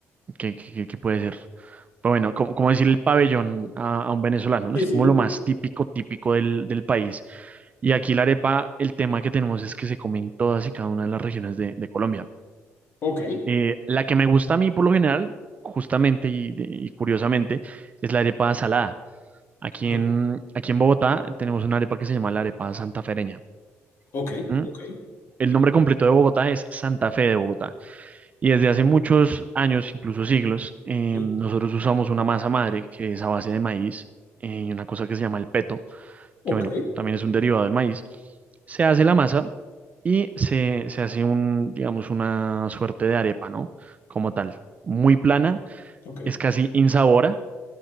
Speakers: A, on the right (about 30°); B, on the left (about 50°).
A: qué, qué- qué- qué puede ser. Pero bueno, como, como decir el pabellón a, a un venezolano, ¿no?
B: Sí,
A: Es
B: sí.
A: como lo más típico, típico del, del país. Y aquí la arepa, el tema que tenemos es que se come en todas y cada una de las regiones de, de Colombia.
B: Ok,
A: Eh, la que me gusta a mí por lo general, justamente y y curiosamente, es la arepa salada. Aquí
B: ok,
A: en, aquí en Bogotá tenemos una arepa que se llama la arepa santafereña.
B: ok,
A: ¿m?
B: ok.
A: El nombre completo de Bogotá es Santa Fe de Bogotá. Y desde hace muchos años, incluso siglos, eh,
B: Sí.
A: nosotros usamos una masa madre que es a base de maíz eh, y una cosa que se llama el peto,
B: Ok,
A: que bueno, también es un derivado del maíz. Se hace la masa y se, se hace un, digamos, una suerte de arepa, ¿no? Como tal, muy plana,
B: ok,
A: es casi insabora